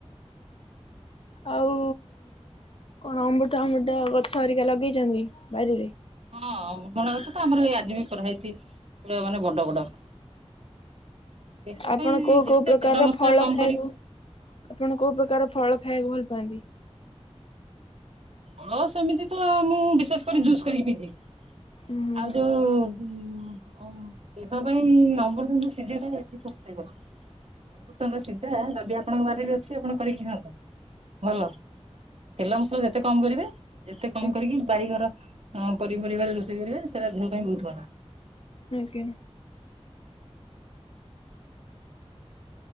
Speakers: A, on the left; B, on the right.
A: ଆଉ କଣ ଅମୃତ ଭଣ୍ଡା ଗଛ ହରିକା ଲଗେଇଛନ୍ତି ବାରିରେ?
B: ହଁ ଅମୃତ ଭଣ୍ଡା ଗଛ ତ ଆମର ଏଇ ଆଜି ବି କରାହେଇଛି ପୁରା ମାନେ ବଡ ବଡ। ଦେହ
A: ଆପଣ
B: ପାଇଁ
A: କୋଉ
B: ଯେତେ
A: କୋଉ ପ୍ରକାରର
B: ତେଲ ମସଲା
A: ଫଳ
B: କମ
A: ଖାଇବାକୁ
B: କରି
A: ଆପଣ କୋଉ ପ୍ରକାର ଫଳ ଖାଇବାକୁ ଭଲ ପାଆନ୍ତି?
B: ହଁ ସେମିତି ତ ମୁଁ ବିଶେଷ କରି ଜୁସ୍ କରିକି ପିଇଦିଏ।
A: ହୁଁ
B: ଆଉ ଯୋଉ ହୁଁ, ଆଉ ଦେହ ପାଇଁ ଅମୃତଭଣ୍ଡା ସିଝାଟା ବେଶି ପୃଷ୍ଟିକର। ଅମୃତ ଭଣ୍ଡା ସିଝା ଯଦି ଆପଣଙ୍କ ବାରିରେ ଅଛି ଆପଣ କରିକି ଖାଆନ୍ତୁ। ଭଲ, ତେଲ ମସ କମ୍ କରିବେ। ଯେତେ
A: ଆଜ୍ଞା
B: କମ କରିକି ବାରିଘର ପନିପରିବାରେ ରୋଷେଇ କରିବେ ସେଟା ଦେହ ପାଇଁ ବହୁତ ଭଲ।
A: ଆଜ୍ଞା।